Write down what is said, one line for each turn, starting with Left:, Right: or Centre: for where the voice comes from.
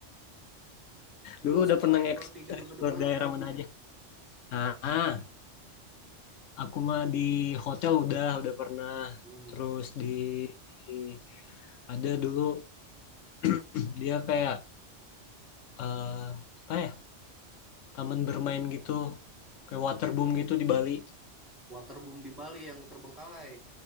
Centre: Dulu
Left: dulu udah
Centre: suka
Left: pernah
Centre: nge-explore
Left: nge-explore
Centre: di gedung-gedung mana
Left: daerah
Centre: Kak?
Left: mana aja. Ah, aku mah di hotel udah udah pernah.
Centre: Hmm.
Left: Terus di, di- ada dulu <clears throat> dia kayak eh, apa ya? Taman bermain gitu, kayak waterboom gitu di Bali.
Centre: Waterboom di Bali yang terbengkalai.